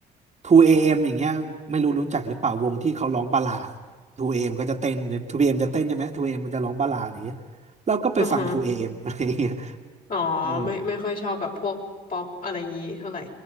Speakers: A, on the right; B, on the left.
A: 2AM อเอ็มอย่างเงี้ยไม่รู้รู้จักหรือเปล่าวงที่เขาร้องบัลลาด 2AM ก็จะเต้น 2PM จะเต้นใช่ไหม 2AM มมันจะร้องบัลลาดอย่างเงี้ยเราก็ไปฟัง
B: อ่าฮะ
A: 2AM อเอ็มอะไรอย่างเงี้ย
B: อ๋อไม่ไม่ค่อยชอบแบบพวกป๊อปอะไรอย่างงี้เท่าไหร่
A: เออ